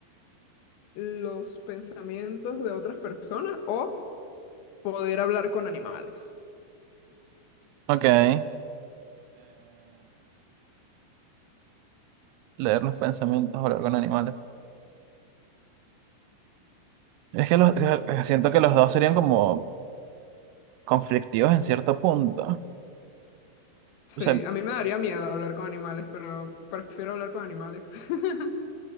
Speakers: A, on the left; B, on the right.
A: los pensamientos de otras personas o poder hablar con animales.
B: Ok. Eh, leer los pensamientos, hablar con animales. Es que los, eh, siento que los dos serían como conflictivos en cierto punto.
A: Sí,
B: O sea,
A: a mí me daría miedo hablar con animales, pero prefiero hablar con animales. <laughs>